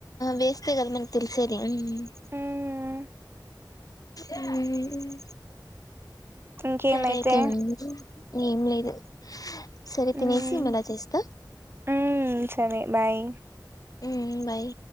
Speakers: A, on the left; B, on the right.
A: వేస్తే కదా మన తెలిసేది మ్
B: ఉమ్
A: ఉమ్
B: ఇంకేమైతే
A: సరే అయితే ఉండి ఏం లేదు సరే తినేసి
B: ఉమ్
A: మళ చేస్తా
B: ఉమ్ సరే బాయ్
A: మ్ బాయ్